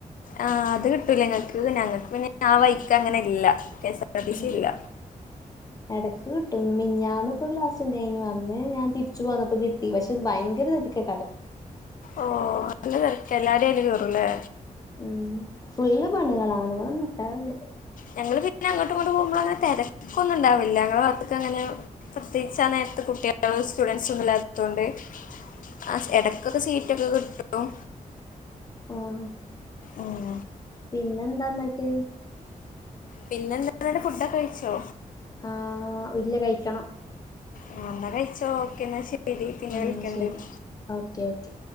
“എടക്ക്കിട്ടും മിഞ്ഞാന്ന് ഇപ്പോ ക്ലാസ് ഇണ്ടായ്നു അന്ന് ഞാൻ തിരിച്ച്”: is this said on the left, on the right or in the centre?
Left